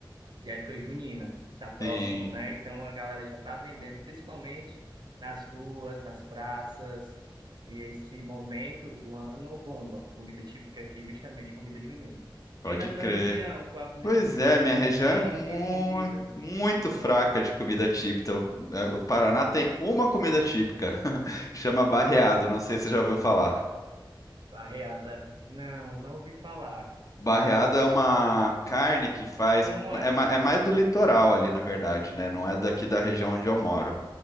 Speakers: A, on the right; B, on the left.
A: de época junina, tá próximo,
B: sim,
A: né? Então a galera já tá vendendo, principalmente nas ruas, nas praças, e esse momento do ano bomba, comida típica aqui, justamente comida junina.
B: pode
A: E aí na tua
B: crer.
A: região, qual é a comida
B: Pois
A: típica
B: é, minha
A: aí
B: região
A: bem
B: é muito,
A: difundida
B: muito fraca de comida típica. O é, o Paraná tem uma comida típica, <laughs> chama barreado,
A: na
B: não sei se você já ouviu falar.
A: Barreada? Não, não ouvi falar.
B: Barreado é uma carne que faz.
A: Como é?
B: É, ma- é mais do litoral ali, na verdade, né? Não é daqui da região onde eu moro.